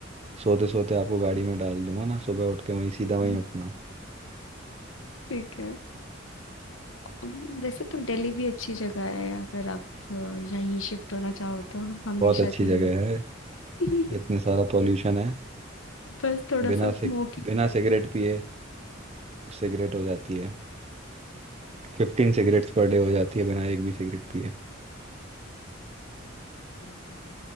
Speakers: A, on the right (about 35°); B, on the left (about 80°).
A: सोते सोते आपको गाड़ी में डाल दूंगा ना सुबह उठ के वहीं सीधा वहीं
B: हम्म,
A: उठना
B: ठीक है हम्म, वैसे तो दिल्ली भी अच्छी जगह है अगर आप अ, यहीं शिफ्ट होना चाहो
A: हाँ,
B: तो हमेशा
A: बहुत अच्छी
B: के
A: जगह
B: लिए
A: है
B: <laughs>
A: इतने सारा पॉल्यूशन है
B: बस थोड़ा
A: बिना
B: सा स्मोकी
A: सिग बिना
B: है।
A: सिगरेट पिए सिगरेट हो जाती है फिफ्टीन सिगरेट्स पर डे हो जाती है बिना एक भी सिगरेट पिए
B: ये तो है